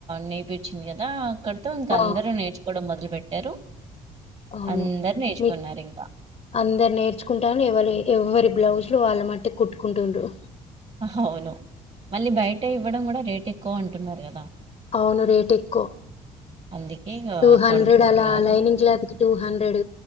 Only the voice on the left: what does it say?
ఆ
అవును
మీ
అందరు నేర్చుకుంటాను ఎవరి ఎవరి బ్లౌజ్ లు వాళ్ళ మట్టికి కుట్టుంటుండ్రు
అవును రేట్ ఎక్కువ
టూ హండ్రెడ్
అలా లైనింగ్ క్లాత్ కి టూ హండ్రెడ్